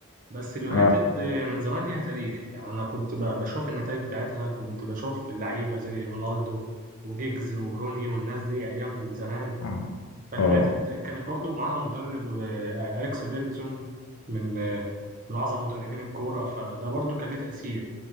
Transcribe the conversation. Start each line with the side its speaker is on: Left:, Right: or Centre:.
Right: بس اليونايتد
Left: اه
Right: من زمان ليها تاريخ يعني انا كنت ب- بشوف النتائج بتاعتها كنت بشوف اللعيبه زي رونالدو وجيجز وروني والناس دي ايام زمان
Left: اه
Right: فاليونايتد
Left: آه.
Right: كانت برضو معاها مدرب آه، اليكس فيرجسون من آه، من اعظم مدربين الكوره فده برضو كان ليه تاثير